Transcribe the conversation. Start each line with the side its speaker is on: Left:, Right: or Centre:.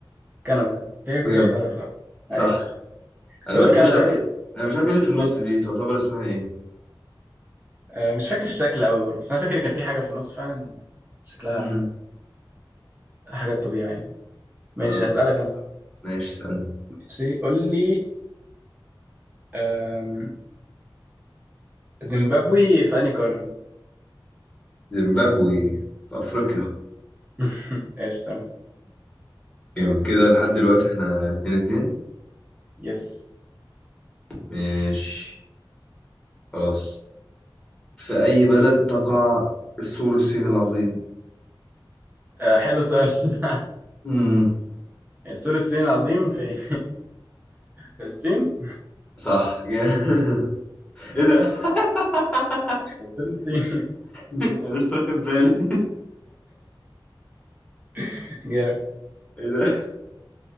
Right: كندا هي كنت
Left: جامد
Right: اختارها في الاول
Left: صح
Right: ايوه كنت
Left: انا
Right: اقول
Left: بس
Right: كندا
Left: مش عارف
Right: بس
Left: إيه- انا مش عارف ايه اللي في
Right: مش
Left: النص
Right: فاكر
Left: دي تعتبر اسمها ايه
Right: آه، مش فاكر الشكل قوي برضه بس انا فاكر كان في حاجة في النص فعلا شكلها
Left: امم
Right: حاجة طبيعية يعني ماشي
Left: اه
Right: اسألك انا واحد.
Left: ماشي استنى
Right: ماشي قول لي آم، زيمبابوي في انهي قارة؟
Left: زيمبابوي في افريقيا <laughs>
Right: <laughs> قشطة
Left: جامد كده لحد دلوقتي احنا 2-2
Right: يس
Left: ماشي خلاص في أي بلد تقع السور الصيني العظيم
Right: آه، حلو السؤال <laughs>
Left: امم
Right: سور الصين العظيم فين؟ <laughs> في الصين؟
Left: صح <laughs> جامد. ايه ده <laughs>
Right: سور الصين
Left: انا لسه واخد بالي
Right: <laughs> جامد
Left: <laughs> ايه ده